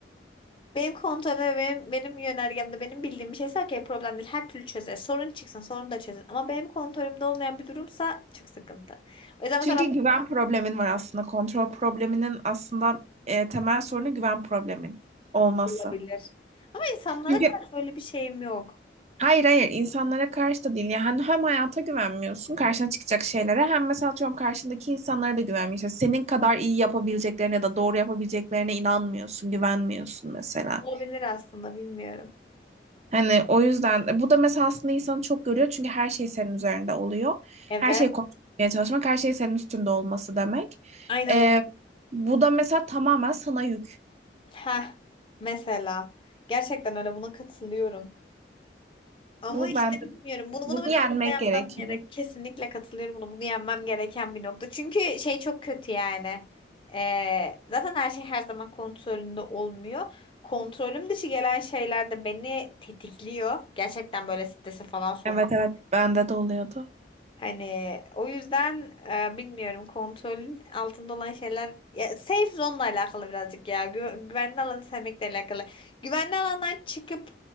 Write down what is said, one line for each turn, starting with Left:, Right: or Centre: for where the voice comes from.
Left: Benim kontrolüm ve benim, benim yönergemde benim bildiğim bir şeyse okey problem değil. Her türlü çözer. Sorun çıksın sorun da çözer. Ama benim kontrolümde olmayan bir durumsa çok sıkıntı. O yüzden
Right: Çünkü
Left: mesela
Right: güven problemin var aslında. Kontrol probleminin aslında e, temel sorunu güven problemin olması.
Left: ben olabilir. Ama insanlara
Right: Çünkü
Left: karşı öyle bir şeyim yok.
Right: hayır hayır insanlara karşı da değil. Yani hem hayata güvenmiyorsun karşına çıkacak şeylere hem mesela atıyorum karşındaki insanlara da güvenmiyorsun. Senin kadar iyi yapabileceklerine ya da doğru yapabileceklerine inanmıyorsun, güvenmiyorsun mesela.
Left: Olabilir aslında bilmiyorum.
Right: Hani o yüzden bu da mesela aslında insanı çok görüyor çünkü her şey senin üzerinde oluyor.
Left: Evet.
Right: Her şeyi konuşmaya çalışmak, her şey senin üstünde olması demek.
Left: Aynen
Right: Ee,
Left: Nur.
Right: bu da mesela tamamen sana yük.
Left: Heh. Mesela. Gerçekten öyle buna katılıyorum. Ama
Right: Bu
Left: işte
Right: ben
Left: bilmiyorum. Bunu
Right: bunu
Left: bunu
Right: yenmek
Left: bir noktada yapmam
Right: gerekiyor.
Left: gerek. Kesinlikle katılıyorum bunu. Bunu yenmem gereken bir nokta. Çünkü şey çok kötü yani. Ee, zaten her şey her zaman kontrolünde olmuyor. Kontrolüm dışı gelen şeyler de beni tetikliyor. Gerçekten böyle strese falan sokuyor.
Right: Evet evet bende de oluyordu.
Left: Hani o yüzden e, bilmiyorum kontrolün altında olan şeyler ya safe zone'la alakalı birazcık ya Gü- güvenli alanı sevmekle alakalı. Güvenli alandan çıkıp